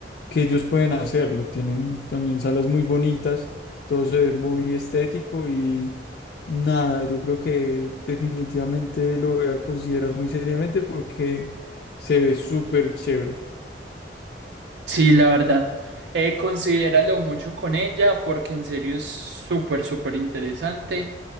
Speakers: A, on the left (about 55°); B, on the right (about 70°).
A: que ellos pueden hacerlo. Tienen también salas muy bonitas, todo se ve muy estético y nada, yo creo que definitivamente lo voy a considerar muy seriamente porque se ve súper chévere.
B: sí, la verdad. Eh, considéralo mucho con ella porque en serio es súper, súper interesante.